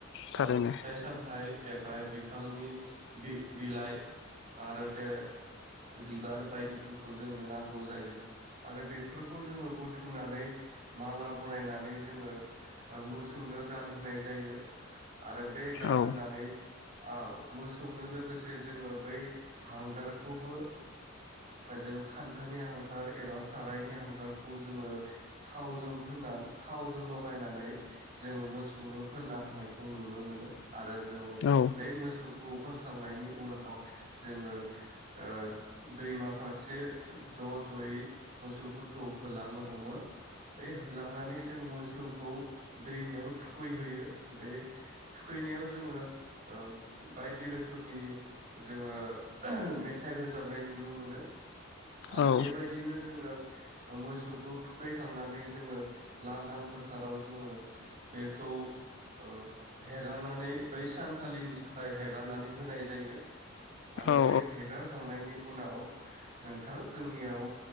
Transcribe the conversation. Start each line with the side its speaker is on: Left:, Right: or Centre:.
Left: थारैनो
Right: औ फिथाइ सामथाइ। एबा बिफांनि बि- बिलाइ, आरो बे बिबार बायदिफोरखौ जोंनो नांगौ जायो। आरो बेफोरखौ जोङो बुथुमनानै माला बनायनानै जोङो ओ मोसौनो गानहोनाय जायो। आरो बे गान
Left: औ
Right: होनानै ओ मोसौनो लोगोसे। जोङो बै हांगारखौबो जों खान्थानि हांगार एबा सारायनि हांगारखौ जोङो। थावजों फोननानै थावजों ल' <unintelligible> जोङो मोसौनो फोनना होनायखौ नुनो मोनो। आरो जोङो
Left: औ
Right: बे मोसौ खौ फोनखांनायनि उनाव। जोङो ओ। दैमा फारसे ज' ज'यै मोसौफोर खौ होलांनो हमो, बे होलांनानै जों मोसौ खौ दैमायाव थुखैहोयो बै थुखैनायाव जोङो, ओ बायदि रोखोमनि जोङो मेथाइ रोजाबनाय नुनो मोनो। आरो
Left: औ
Right: बेबायदिनो जोङो। ओ मोसौखौ थुखैखांनानै जोङो लांदां फोथाराव जोङो, बेखौ ओ हेगारनानै बै सानखालिनि थाखाय हेगारनानै होनाय जायो। आरो
Left: औ
Right: बे हेगारखांनायनि उनाव नोंथां जोंनियाव,